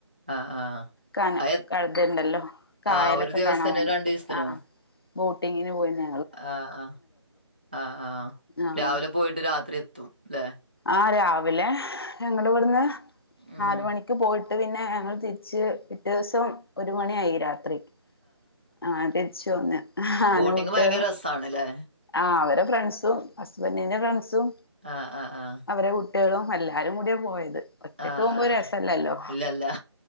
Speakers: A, on the right; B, on the left.
A: ആഹ് ആഹ്.
B: കാന
A: അയ ആഹ് ആ എത്
B: ക <unintelligible> ജല്ണ്ടല്ലോ കായലൊക്കെ
A: ആ ഒരു ദിവസത്തിനോ
B: കാണാൻ വേണ്ടി
A: രണ്ടീസത്തിനോ?
B: പോവും ആഹ് ആഹ് ബോട്ടിങ്ങിന് പോയിന്ന്
A: ആഹ് ആഹ ആഹ ആഹാ
B: ആഹ്
A: രാവിലെ പോയിട്ട് രാത്രി എത്തും ലെ?
B: ആ രാവിലെ ഞങ്ങളിവ്ട്ന്ന്
A: ഉം.
B: നാല്മണിക്ക് പോയി ട്ട് പിന്നെ ഞങ്ങൾ തിരിച്ച് പിറ്റേവ്സം ഒരു മണിയായി രാത്രി. ആഹ് അതിച്ചും അങ്ങനെ ആൺ
A: ബോട്ടിങ്
B: കുട്ടിയള്.
A: ഭയങ്കര രസാണ്ല്ലേ?
B: ആഹ് അവരെ ഫ്രണ്ട്സും ഹസ്ബൻറിന്റെ ഫ്രണ്ട്സും.
A: ആഹ് ആഹ് ആഹ്.
B: അവരെ കുട്ടിയളും എല്ലാരും കൂടിയ പോയത്. ഒറ്റക്ക്
A: ആഹ്
B: പോമ്പോ
A: ആഹ്.
B: രസല്ലല്ലോ
A: ഇല്ലല്ല.